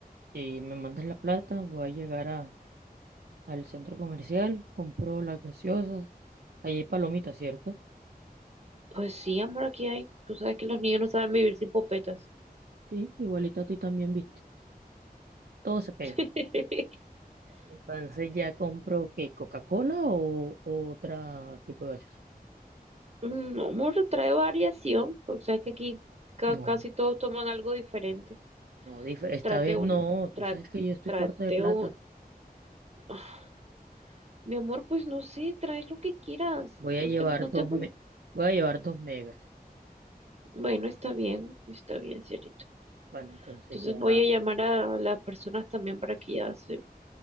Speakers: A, on the right (about 80°); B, on the right (about 45°).
A: eh, me mandas la plata, voy a llegar a, al centro comercial, compro las gaseosas. Allí hay palomitas, ¿cierto?
B: Pues sí, amor, aquí hay. Tú sabes que los niños no saben vivir sin popetas.
A: Sí, igualito a ti también, viste. Todo se pega.
B: <laughs>
A: Entonces ya compro qué, Coca-Cola o, o otra tipo de gaseosa.
B: Mm, Amor, trae variación, porque sabes que aquí ca-
A: No,
B: casi todos toman algo diferente.
A: no, dif- esta
B: Trate
A: vez
B: un,
A: no, tú
B: tra-
A: sabes que yo estoy
B: trate
A: corta de plata.
B: un. ah, Mi amor, pues no sé, trae lo que quieras.
A: Voy a
B: No
A: llevar
B: te, no
A: dos
B: te, pre-
A: me- voy a llevar dos megas.
B: bueno, está bien, está bien, cielito.
A: Bueno, entonces
B: Entonces
A: ya
B: voy a llamar a las personas también para que ya se,